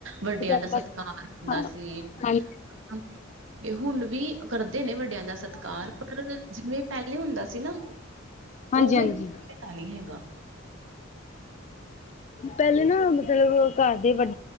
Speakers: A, on the right (about 70°); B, on the left (about 35°).
A: ਵੱਡਿਆਂ
B: ਹਾਂ
A: ਦਾ ਸਤਿਕਾਰ ਹੁੰਦਾ ਸੀ।
B: ਹਾਂਜੀ
A: <unintelligible> ਤੇ ਹੁਣ ਵੀ ਕਰਦੇ ਨੇ ਵੱਡਿਆਂ ਦਾ ਸਤਿਕਾਰ। ਪਰ ਜਿਵੇਂ ਪੈਲੇ ਹੁੰਦਾ ਸੀ ਨਾ
B: ਹਾਂਜੀ
A: ਓਵੇਂ,
B: ਹਾਂਜੀ
A: ਓਵੇ ਦਾ ਨ੍ਹੀਂ ਹੈਗਾ। ਹ
B: ਪੈਲੇ ਨਾਂ ਮਤਲਬ, ਘਰ ਦੇ ਵਡ